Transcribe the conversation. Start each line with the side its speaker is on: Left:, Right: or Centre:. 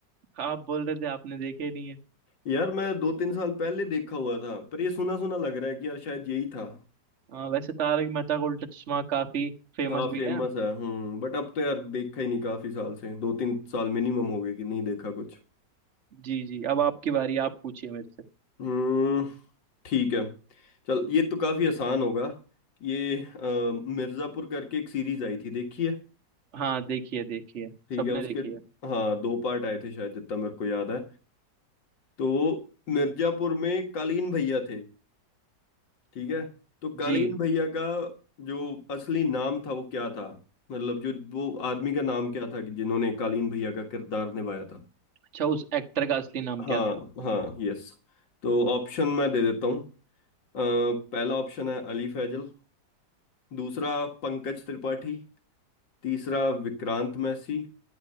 Right: आप बोल रहे थे आपने देखे नहीं है
Left: यार मैं दो तीन साल पहले देखा हुआ था पर ये सुना सुना लग रहा है कि यार शायद यही था
Right: हाँ, वैसे तारक मेहता का उल्टा चश्मा काफी फेमस
Left: हाँ फेमस
Right: भी है
Left: है हम्म बट अब तो यार देखा ही नहीं काफी साल से दो तीन साल मिनिमम हो गए कि नहीं देखा कुछ
Right: जी जी अब आपकी बारी आप पूछिए मेरे से
Left: हम्म ठीक है चल ये तो काफी आसान होगा ये अ, मिर्जापुर करके एक सीरीज आई थी देखी है
Right: हाँ देखिए देखिए
Left: ठीक
Right: सबने
Left: है उसके
Right: देखी है
Left: हाँ दो पार्ट आए थे शायद जितना मेरे को याद है तो मिर्जापुर में कालीन भैया थे ठीक है तो कालीन
Right: जी
Left: भैया का जो असली नाम था वो क्या था मतलब जो वो आदमी का नाम क्या था कि जिन्होंने कालीन भैया का किरदार निभाया था
Right: अच्छा उस एक्टर का असली नाम
Left: हाँ
Right: क्या था
Left: हाँ यस तो ऑप्शन मैं दे देता हूँ अ, पहला ऑप्शन है अली फैजल दूसरा पंकज त्रिपाठी तीसरा विक्रांत मैसी